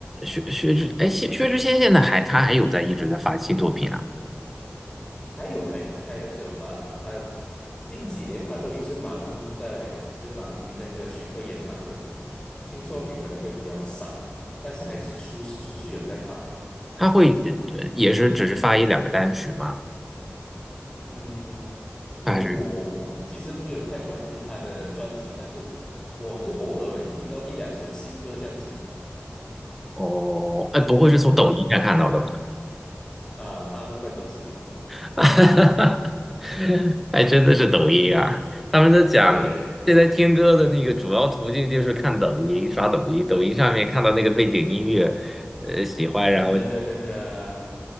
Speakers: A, in the centre; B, on the left.
A: 薛薛之哎，薛薛之谦现在还他还有在一直在发新作品啊。
B: 还有还有还有是有发，但近几年他都一直忙在就忙于那个巡回演唱会，新作品可能会比较少，但是还是持持续有在发。
A: 他会呃也是只是发一两个单曲吗？
B: 嗯，因为我我不其实没有太关注他的专辑，
A: 他还是
B: 但是我就偶尔会听到一两首新歌这样子。
A: 哦，哎，不会是从抖音上看到的吧？
B: 嗯啊，大部分都是 <laughs>
A: <laughs> 还真的是抖音啊！他们都讲，
B: 对
A: 现在听歌的那个主要途径就是看抖音，刷抖音，抖音上面看到那个背景音乐，呃，喜欢，然后
B: 对啊，对对对啊，